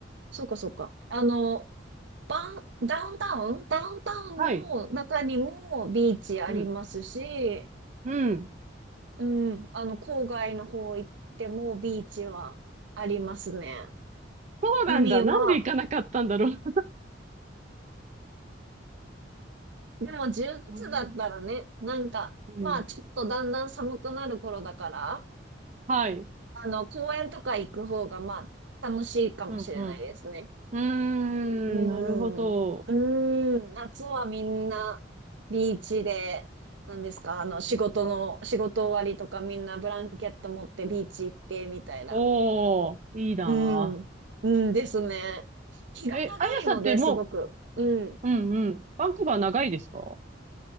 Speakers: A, on the right (about 70°); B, on the right (about 40°).
A: そうかそうか。あの、バン、ダウンタウンダウンタウンの中にもビーチありますし、
B: はい。うん。うん。
A: うん、あの、郊外の方行ってもビーチはありますね。
B: そうなんだ。
A: 海は、
B: なんで行かなかったんだろう。
A: でも10月だったらね、
B: うん。
A: なんか、
B: うん
A: まあちょっとだんだん寒くなる頃だから、
B: はい。
A: あの、公園とか行く方がまあ楽しいかもしれないですね。
B: うんうん。うーん、
A: う
B: なるほど。
A: ーん。うーん。夏はみんなビーチで、なんですか、あの、仕事の、仕事終わりとかみんなブランケット持ってビーチ行ってみたいな
B: おー、いいな
A: うん。うんですね。気が長いので、
B: ぁ。え、あやさんっても
A: すごく。うん。い
B: う、うんうん。バンクーバー長いですか